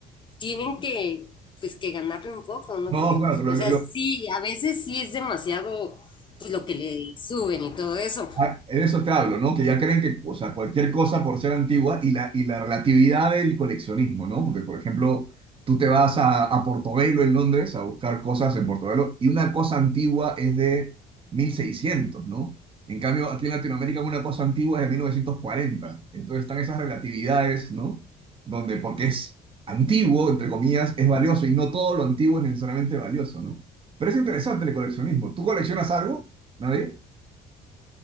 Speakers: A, on the left; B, on the right.
A: tienen que, pues, que ganarle un poco, ¿no
B: no,
A: crees?
B: claro, lo,
A: O
B: lo-
A: sea, sí, a veces sí es demasiado pues, lo que le suben y todo eso.
B: Ah, de eso te hablo, ¿no? Que ya creen que, o sea, cualquier cosa por ser antigua y la, y la relatividad del coleccionismo, ¿no? Porque, por ejemplo, tú te vas a, a Portobelo en Londres a buscar cosas en Portobelo y una cosa antigua es de mil seiscientos ¿no? En cambio, aquí en Latinoamérica una cosa antigua es de mil novecientos cuarenta Entonces están esas relatividades, ¿no? Donde porque es antiguo, entre comillas, es valioso y no todo lo antiguo es necesariamente valioso, ¿no? Pero es interesante el coleccionismo. ¿Tú coleccionas algo? ¿Nadie?